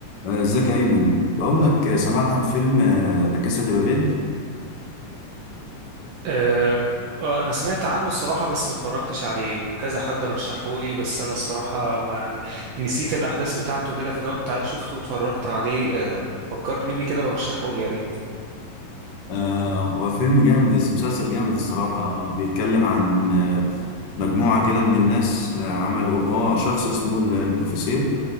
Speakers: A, on the left; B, on the right.
A: آه، ازيك يا ايمن بقول لك آه، سمعت عن فيلم آه، لا كاسا دي بابيل
B: آه، آه، انا سمعت عنه الصراحه بس ما اتفرجتش عليه وكذا حد رشحهولي بس انا الصراحه ما- يعني نسيت الاحداث بتاعته كده فلو انت شفته واتفرجت عليه آه، فكرني بيه كده ورشحهولي يا ريت
A: آه، هو فيلم جامد مسلسل جامد الصراحه آه، بيتكلم عن آه، مجموعه كده من الناس آه، عملوا هو شخص اسمه ال- البروفيسور